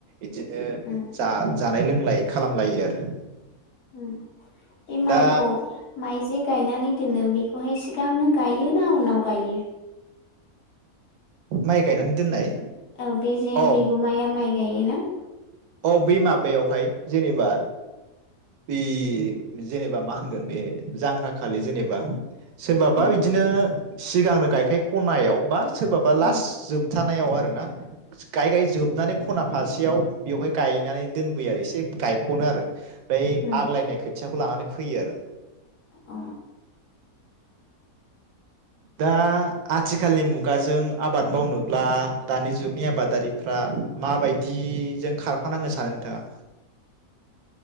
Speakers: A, on the right; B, on the left.
A: इदिनो
B: उम
A: जा जानाय लोंलाय खालामलायो आरो
B: होम बे माइखौ
A: दा
B: माइ जे गायनानै दोनो बेखौहाय सिगांनो गायो ना उनाव गायो?
A: माइ गायनानै दोननाय
B: औ बेजे
A: अ
B: बिगुमाया माइ गायो ना
A: अ बै माबायावहाय जेनेबा बि जेनेबा मा होनगोन बे जांख्राखालि जेनेबा सोरबाबा
B: उम
A: बिदिनो सिगांनो गायखाय खनायाव बास सोरबाबा लास
B: उम
A: जोबथानायाव आरो ना गायै गायै जोबनानै खनाफारसि बेयाव बेवहाय गायनानै दोनबोयो आरो एसे गायखनो आरो ओइ
B: उम
A: आग्लायनाय खोथियाखौ लानानै फैयो आरो
B: अ
A: दा आथिखालनि मुगाजों आबाद मावनोब्ला दानि जुगनि आबादारिफ्रा माबायदि-जों खारफानांगोन सानो नोंथाङा